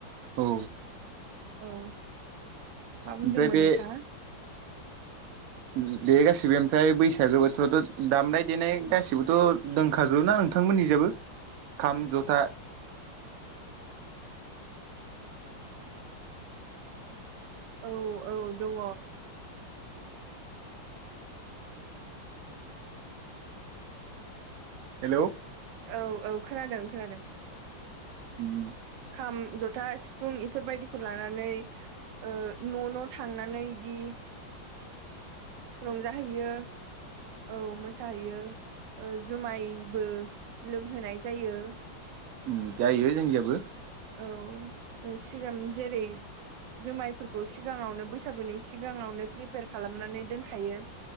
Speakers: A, on the right; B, on the right.
A: औ
B: औ मा बुंदोंमोन
A: ओमफ्राय बे
B: नोंथाङा
A: <unintelligible> गासिबो ओमफ्राय बैसागो बोथोरावथ' दामनाय देनाय गासैबोथ' दंखाजोबो ना नोंथांमोननिजाबो खाम जथा
B: औ औ दङ
A: हेलौ
B: औ औ खोनादों खोनादों
A: ओम
B: खाम जथा सिफुं इफोरबायदिखौ लानानै ओ न' न' थांनानै इदि रंजाहैयो औ मोसाहैयो ओ जुमायबो लोंहोनाय जायो
A: ओम जायो जोंनिजाबो
B: औ सिगां जेरै सि जोमायफोरखौ सिगाङावनो बैसागोनि सिगाङावनो प्रिपेयार खालामनानै दोनखायो